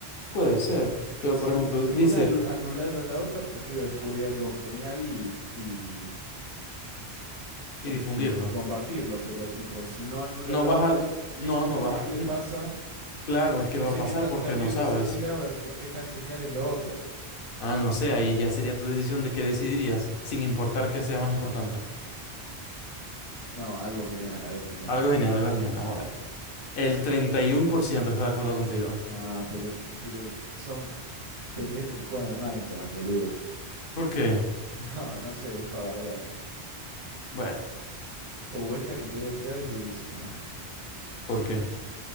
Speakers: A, on the left; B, on the right.
A: Puede ser, pero
B: Pues Si,
A: por ejemplo,
B: si
A: dice,
B: una alu- anulara a la otra, prefiero descubrir algo genial y, y,
A: y
B: este,
A: difundirlo.
B: y compartirlo, pero tipo, si no anula
A: No
B: la
A: vas
B: otra
A: a,
B: y
A: no,
B: eso terrible
A: no vas a.
B: pasa,
A: Claro, es que
B: no
A: va
B: sé
A: a pasar
B: qué tan
A: porque
B: terrible
A: no sabes.
B: sería versus qué tan genial es lo otro.
A: Ah, no sé, ahí ya sería tu decisión de qué decidirías, sin importar qué sea más importante.
B: No, algo genial, algo genial.
A: Algo genial, algo genial, vamos
B: Sí.
A: a ver. El treinta y uno por ciento. está de acuerdo contigo.
B: Nah, pero, que- pero son pendejos que juegan al Minecraft, boludo.
A: ¿Por qué?
B: <laughs> No, no sé, es para bardear.
A: Bueno,
B: Uh, esta que te voy a tirar es durísima.
A: ¿por qué?